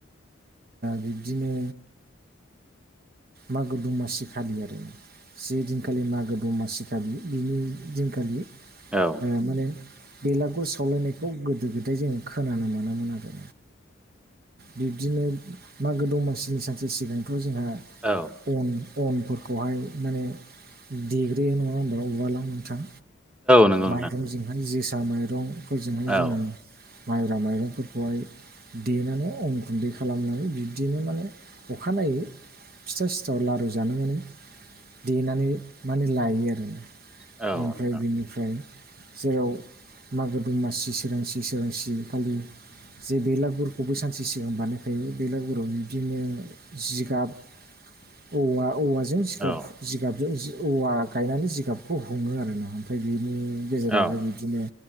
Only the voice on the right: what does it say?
बिब्दिनो मागो दमासि खालि आरो ना जे दिनखालि मागो दमासि खालि बिनि दिनखालि
माने बेलागुर सावलायनायखौ गोदो गोदाय जों खोनानो मोनामोन आरो बिब्दिनो मागो दमासिनि सानसे सिगांथ' जोंहा
अन अनफोरखौहाय माने देग्रोयो नङा होमबा उवालाव नोंथां
माइरंजोंहाय जोसा माइरंफोरजोंहाय
जोङो माइब्रा माइरंफोर खौहाय देनानै अन गुन्दै खालामनानै बिब्दिनो माने अखानायै फिथा सिथाव लारु जानो माने देनानै माने लायो आरो
ओमफ्राय
बिनि ओमफ्राय जेराव मागो दमासि सोरांसि सोरांसि खालि जे बेलागुरखौबो सानसे सिगां बानायखायो बेलागुराव बिदिनो जिगाब औवा औवाजों जिगाब
जिगाबजों औवा गायनानै जिगाबखौ हुङो आरोना ओमफ्राय बेनि गेजेरावहाय
बिदिनो